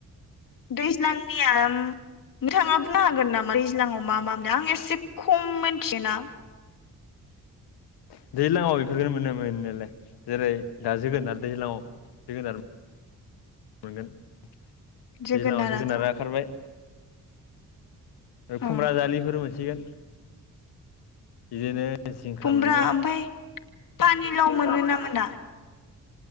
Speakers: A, on the left; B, on the left.
A: दैज्लांनिया नोंथाङा बुंनो हागोन नामा दैज्लांआव मा मा मोनो आं एसे खम मोनथियोना
B: <unintelligible> दैज्लाङाव बेफोरखौ मोनो मोननायालाय जेरै दा जोगोनार दैज्लाङाव जोगोनार मोनगोन दैज्लाङाव
A: जोगोनाराथ'
B: जोगोनारा ओंखारबाय
A: औ
B: खुमब्रा जालिफोर मोनसिगोन बिदिनो जिंखा
A: खुमब्रा
B: मोनगोन
A: ओमफ्राय पानिलाव मोनो ना मोना